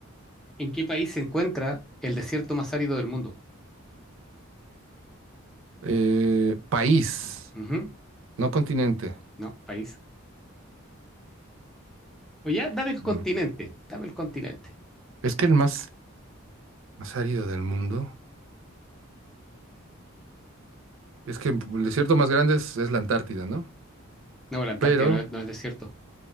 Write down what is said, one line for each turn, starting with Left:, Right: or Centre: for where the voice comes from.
Centre: ¿En qué país se encuentra el desierto más árido del mundo?
Right: Eh, país,
Centre: Ujú.
Right: no continente.
Centre: No, país. O ya, dame el
Right: Mm.
Centre: continente, dame el continente.
Right: Es que el más, más árido del mundo. Es que el desierto más grande es, es la Antártida, ¿no?
Centre: No, la Antártida
Right: Pero
Centre: no es, no es desierto.